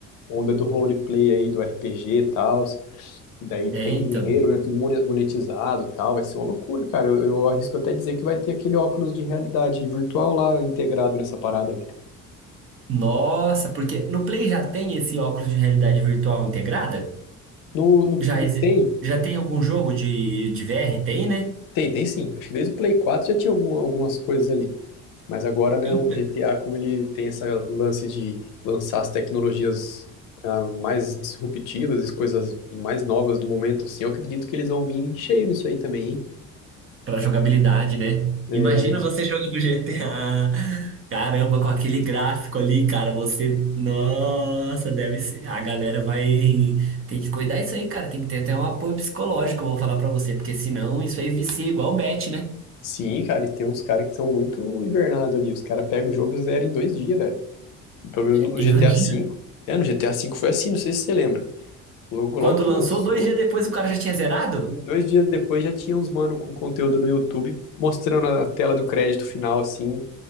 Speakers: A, on the left; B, on the right.
A: onda do roleplay aí, do RPG e tal. Daí tem
B: É, então.
A: dinheiro, né? Tudo mone- monetizado e tal. Vai ser uma loucura, cara. Eu, eu arrisco até dizer que vai ter aquele óculos de realidade virtual lá integrado nessa parada, velho.
B: Nossa, porque no Play já tem esse óculos de realidade virtual integrada?
A: No, no,
B: Já,
A: no-
B: exi-
A: tem,
B: já tem algum jogo de, de VR? Tem, né?
A: tem, tem sim. Acho que desde o Play 4 já tinha algum, algumas coisas ali. Mas agora, né,
B: Então,
A: o GTA, como ele tem esse lance de lançar as tecnologias ah, mais disruptivas, as coisas mais novas do momento, assim, eu acredito que eles vão vir cheio nisso aí também,
B: Pra jogabilidade, né?
A: hein?
B: Imagina
A: É,
B: você <laughs> jogando GTA. Caramba, com aquele gráfico ali, cara, você. Nossa, deve ser. A galera vai. Tem que cuidar isso aí, cara. Tem que ter até um apoio psicológico, vou falar pra você, porque senão isso aí vicia igual bet, né?
A: Sim, cara, e tem uns caras que são muito hibernados ali. Os caras pegam o jogo e zeram em dois dias, velho. Pelo menos
B: É,
A: no
B: <laughs>
A: GTA
B: Imagina.
A: V. É, no GTA V foi assim, não sei se você lembra. Logo,
B: Quando
A: logo que
B: lançou,
A: lançou,
B: dois dias depois o cara já tinha zerado?
A: em dois dias depois já tinha uns mano com conteúdo no YouTube mostrando a tela do crédito final, assim,